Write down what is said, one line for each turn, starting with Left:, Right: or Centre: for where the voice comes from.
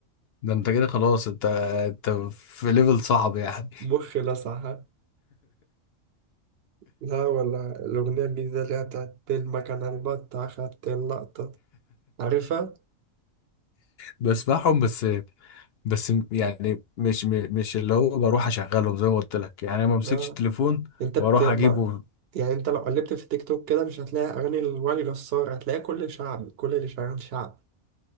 Left: ده انت كده خلاص انت انت في ليفل صعب يعني
Right: <laughs> مخي لسع ها؟ لا ولا الأغنية الجديدة اللي هي بتاعت المكنة البطة أخدت اللقطة عارفها؟
Left: بسمعهم بس بس يعني مش مش اللي هو بروح اشغلهم زي ما قلت لك يعني أنا ما امسكش
Right: اه
Left: التليفون
Right: انت
Left: واروح
Right: بت ما...
Left: اجيبه
Right: يعني انت لو قلبت في التيك توك كده مش هتلاقي اغاني الوائل جسار هتلاقي كل شعب كل اللي شغال شعب